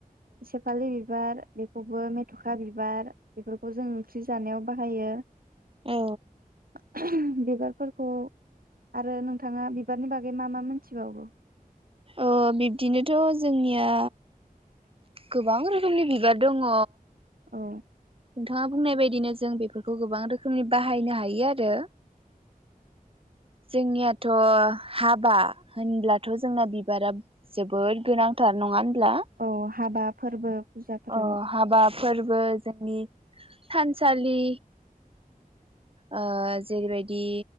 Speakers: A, on the right; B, on the right.
A: सेपालि बिबार बेखौबो मेथखा बिबार बेफोरखौ जों ओंख्रि जानायाव बाहायो।
B: औ
A: <unintelligible> बिबारफोरखौ आरो नोंथाङा बिबारनि बागै मा मा मोनथिबावो
B: अ बिब्दिनोथ जोंनिया गोबां रोखोमनि बिबार दङ।
A: औ
B: नोंथाङा बुंनाय बायदिनो जों बेफोरखौ गोबां रोखोमनि बाहायनो हायो आरो जोंनियाथ हाबा होनब्लाथ जोंना बिबारा जोबोद गोनांथार नङा होनबा होमब्ला
A: औ हाबा फोरबो फुजाफोराव
B: ओ हाबा फोरबो जोंनि थानसालि ओ जेरैबायदि